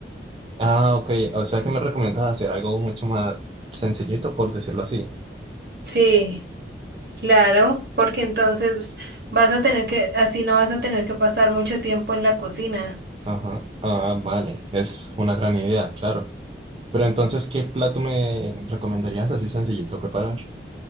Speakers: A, on the right (about 30°); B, on the right (about 55°).
A: Ah, ok. O sea que me recomiendas hacer algo mucho más sencillito, por decirlo así.
B: Sí, claro, porque entonces vas a tener que, así no vas a tener que pasar mucho tiempo en la cocina.
A: Ajá. Ah, vale. Es una gran idea, claro. Pero entonces, ¿qué plato me recomendarías así sencillito preparar?